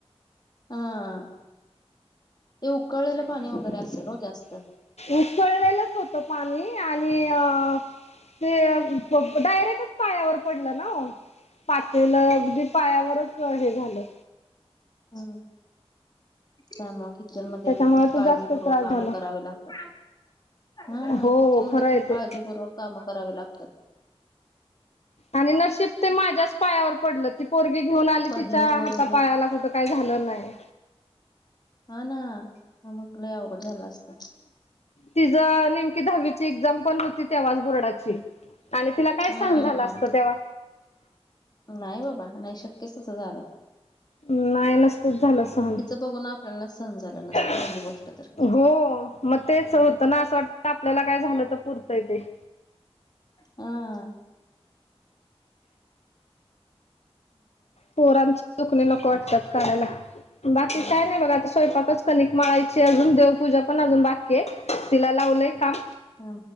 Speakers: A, on the left; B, on the left.
A: आं ए उकळलेलं पाणी वगैरे असेल हो जास्त.
B: उकळलेलंच होतं पाणी आणि अ ते अ पब डायरेक्टच पायावर पडला ना ओ. पातेलं अगदी पायावरच हे झालं.
A: हं त्यामुळे किचन मध्ये
B: त्याच्यामुळे
A: खूप
B: ते
A: काळजीपूर्वक
B: जास्त त्रास
A: कामे
B: झाला.
A: करावे लाग हां
B: हो
A: किचन मध्ये
B: खरं आहे
A: खूप
B: ते
A: काळजीपूर्वक कामं करावे लागतात.
B: आणि नशीब ते माझ्याच पायावर पडलं ती पोरगी घेऊन आली
A: पडलं
B: तिच्या हातापायाला कुठं काय झालं नाय.
A: हां ना हा मग लय अवघड झालं असतं.
B: तिजं नेमकी दहावीची एक्झाम पण होती तेव्हाच बोर्डाची. आणि तिला काय
A: हम्म
B: सहन झालं असतं तेव्हा.
A: नाही बाबा नाही शक्यच असं झालं.
B: नाय नसतच झालं सहन
A: तिचं बघून आपल्याला सहन झालं नसतं
B: हो.
A: पहिली गोष्ट तर
B: म तेच होतं ना असं वाटतं आपल्याला काय झालं तर पुरतय ते.
A: हां.
B: पोरांची दुखणी नको वाटतात
A: आज
B: काढायला, बाकी
A: हा
B: काय नाही बघा तस. चपातीच कणिक मळायचीय अजून, देवपूजा पण अजून बाकी आहे. तिला लावलंय काम
A: हा